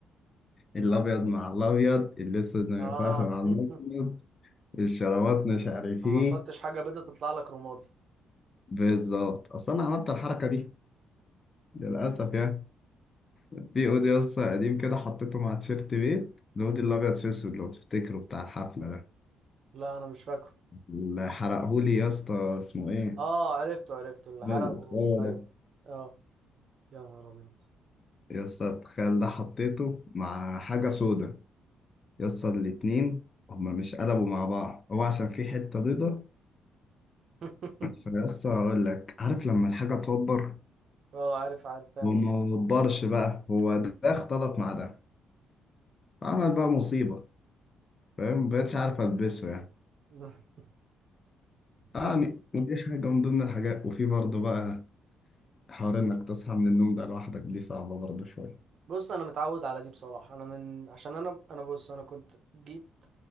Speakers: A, on the left (about 35°); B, on the right (about 55°).
A: الأبيض مع الأبيض الأسود ما
B: اه
A: ينفعش مع الأبيض
B: <laughs>
A: الشرابات مش عارف
B: لما
A: إيه
B: تحطش حاجة بيضة تطلع لك رمادي
A: بالظبط أصل أنا عملت الحركة دي للأسف يعني في اودي اصلا قديم كده حطيته مع تيشيرت بيت الاودي الابيض في اسود لو تفتكره بتاع الحفله ده
B: لا انا مش فاكره
A: اللي حرقهولي يا اسطى اسمه ايه
B: اه عرفته عرفته اللي
A: إيه
B: حرقه
A: ده الخوال
B: ايوه
A: ده
B: اه يا نهار ابيض
A: يا اسطى التخيل ده حطيته مع حاجه سودا يا اسطى الاتنين هما مش قلبوا مع بعض هو عشان في حته بيضه
B: <laughs>
A: فيا اسطى اقول لك عارف لما الحاجه توبر
B: اه عارف عارف فاهم
A: هو ما
B: قصدي
A: وبرش بقى هو ده اختلط مع ده عمل بقى مصيبه فاهم مبقتش عارف البسه يعني
B: <laughs>
A: يعني
B: لا
A: ودي حاجه من ضمن الحاجات وفي برضه بقى حوار انك تصحى من النوم ده لوحدك دي صعبة برضه شوية
B: بص انا متعود على دي بصراحة انا من عشان انا انا بص انا كنت جيت